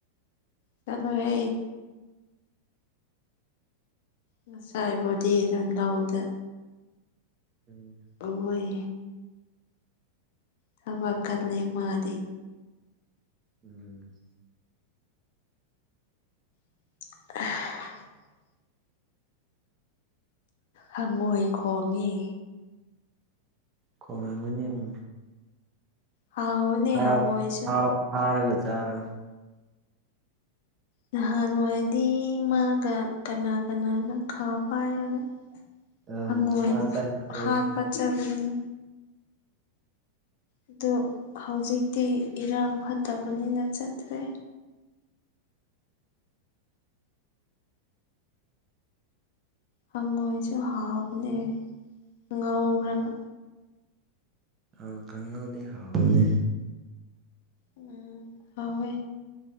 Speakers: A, on the left; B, on the right.
A: ꯆꯂꯣ ꯍ ꯉꯁꯥꯏꯕꯨꯗꯤ ꯑꯗꯨꯝ ꯂꯧꯗꯦ
B: ꯎꯝ
A: ꯑꯣꯏ ꯊꯕ ꯀꯗꯂꯦ ꯃꯥꯔꯤ
B: ꯎꯝ
A: <unintelligible> ꯍꯪꯉꯣꯏ ꯈꯣꯡꯉꯦ
B: ꯀꯣꯡ ꯉꯥꯡꯒꯅꯤ ꯎꯝ
A: ꯍꯥꯎꯕꯅꯦ
B: ꯐ
A: ꯍꯪꯉꯣꯏꯁꯨ
B: ꯐꯥꯎ ꯐꯥꯔꯒ ꯆꯔꯒ
A: ꯅꯍꯥꯟꯋꯥꯏꯗꯤ ꯃꯥꯒ ꯀꯅꯥ ꯀꯅꯥꯅ ꯈꯥꯎ ꯄꯥꯏꯔꯒ
B: ꯑꯥ
A: ꯍꯪꯉꯣꯏ
B: ꯅꯃꯥ ꯆꯠꯈ꯭ꯔꯦ
A: ꯍꯥꯠꯄꯠꯆꯕꯅꯤ ꯑꯗꯨ ꯍꯧꯖꯤꯛꯇꯤ ꯏꯔꯥꯡ ꯐꯠꯇꯕꯅꯤꯅ ꯆꯠꯇ꯭ꯔꯦ ꯍꯪꯉꯣꯏꯁꯨ ꯍꯥꯎꯕꯅꯦ ꯉꯧꯔꯒ
B: ꯑꯥꯎ ꯀꯥꯡꯪꯍꯧꯗꯤ ꯍꯥꯎꯅꯦ
A: ꯎꯝ ꯍꯋ